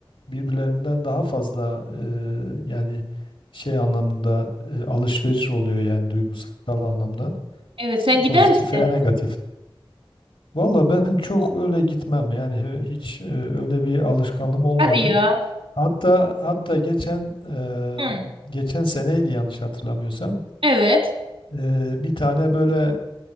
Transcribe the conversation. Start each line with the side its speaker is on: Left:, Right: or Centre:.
Left: birbirlerinden daha fazla e, yani şey anlamında e, alışveriş oluyor yani duygusal anlamda.
Right: Evet sen gider
Left: Pozitif
Right: misin?
Left: veya negatif. Valla ben çok öyle gitmem yani he- hiç e, öyle bir alışkanlığım olmadı.
Right: Hadi ya.
Left: Hatta hatta geçen eee,
Right: Hı.
Left: geçen seneydi yanlış hatırlamıyorsam.
Right: Evet.
Left: Eee, bir tane böyle